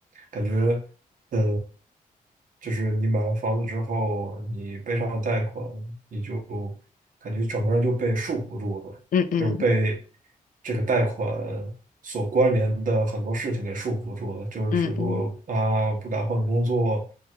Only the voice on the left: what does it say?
嗯嗯
嗯嗯嗯